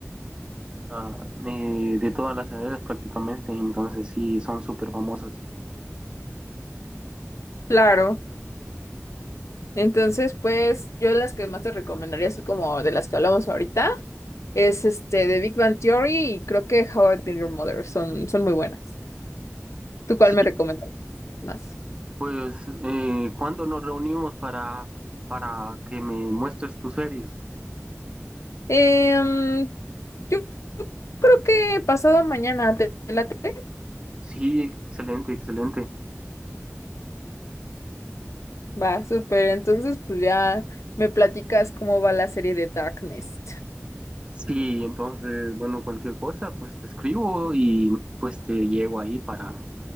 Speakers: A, on the right; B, on the left.
A: ah, eh, de todas las edades prácticamente, entonces sí, son súper famosas.
B: Claro. Entonces, pues, yo las que más te recomendaría, así como de las que hablamos ahorita, es este de Big Bang Theory y creo que How I Met Your Mother. Son, son muy buenas. ¿Tú cuál
A: Sí,
B: me recomendarías más?
A: pues, eh, ¿cuándo nos reunimos para, para que me muestres tus series?
B: Em, yo creo que pasado mañana te late.
A: Sí, excelente, excelente.
B: Va, súper. Entonces, pues ya me platicas cómo va la serie de Darkness.
A: Sí, entonces, bueno, cualquier cosa, pues te escribo y pues te llego ahí para,